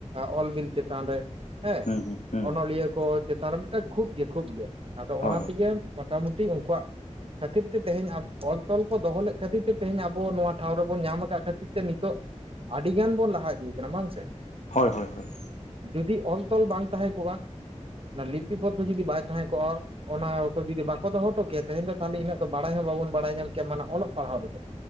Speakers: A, on the right; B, on the left.
A: ᱚᱞ ᱵᱤᱞ ᱪᱮᱛᱟᱱ ᱨᱮ ᱦᱮᱸ
B: ᱦᱩᱸ ᱦᱩᱸ ᱦᱩᱸ
A: ᱚᱱᱚᱞᱤᱭᱟᱹ ᱠᱚ ᱪᱮᱛᱟᱱ ᱨᱮ ᱢᱤᱫᱴᱟᱱ ᱠᱷᱩᱵ ᱜᱮ ᱠᱷᱩᱵ ᱜᱮ ᱟᱫᱚ ᱚᱱᱟ
B: ᱦᱳᱭ
A: ᱛᱮᱜᱮ ᱢᱚᱴᱟᱢᱩᱴᱤ ᱩᱱᱠᱩᱣᱟᱜ ᱠᱷᱟᱹᱛᱤᱨ ᱛᱮᱦᱮᱧ ᱚᱞ ᱛᱚᱞ ᱠᱚ ᱫᱚᱦᱚ ᱞᱮᱫ ᱠᱷᱟᱹᱛᱤᱨ ᱛᱮ ᱛᱮᱦᱤᱧ ᱟᱵᱚ ᱱᱚᱣᱟ ᱴᱷᱟᱶ ᱨᱮᱵᱚᱱ ᱧᱟᱢ ᱟᱠᱟᱫ ᱠᱷᱟᱹᱛᱤᱨ ᱛᱮ ᱱᱤᱛᱚᱜ ᱟᱹᱰᱤ ᱜᱟᱱ ᱵᱚᱱ ᱞᱟᱦᱟ ᱤᱫᱤ ᱟᱠᱟᱱᱟ ᱵᱟᱝ ᱥᱮ
B: ᱦᱳᱭ ᱦᱳᱭ ᱦᱳᱭ
A: ᱡᱩᱫᱤ ᱚᱞ ᱛᱚᱞ ᱵᱟᱝ ᱛᱟᱦᱮᱸ ᱠᱚᱜᱼᱟ ᱚᱱᱟ ᱞᱤᱯᱤ ᱯᱚᱫᱷᱚ ᱡᱩᱫᱤ ᱵᱟᱭ ᱛᱟᱦᱮᱸ ᱠᱚᱜᱼᱟ ᱚᱱᱟᱠᱚ ᱡᱩᱫᱤ ᱵᱟᱠᱚ ᱫᱚᱦᱚ ᱦᱚᱴᱚ ᱠᱮᱭᱟ ᱛᱮᱦᱮᱧ ᱫᱚ ᱛᱟᱦᱚᱞᱮ ᱤᱱᱟᱹᱜ ᱵᱟᱲᱟᱭ ᱦᱚᱸ ᱵᱟᱵᱚᱱ ᱵᱟᱲᱟᱭ ᱧᱟᱢ ᱠᱮᱭᱟ ᱢᱟᱱᱮ ᱚᱞᱚᱜ ᱯᱟᱲᱦᱟᱣ ᱨᱮᱫᱚ